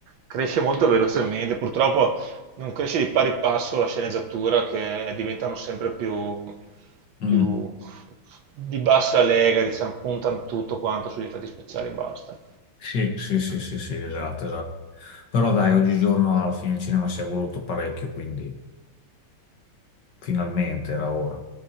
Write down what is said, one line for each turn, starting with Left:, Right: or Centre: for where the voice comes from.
Right: cresce molto velocemente, purtroppo non cresce di pari passo la sceneggiatura che diventano sempre più,
Left: Mm.
Right: più di bassa lega, diciamo, puntano tutto quanto sugli effetti speciali e basta.
Left: Sì, sì, sì, sì, sì, esatto, esatto. Però dai, oggigiorno alla fine il cinema si è evoluto parecchio, quindi finalmente era ora.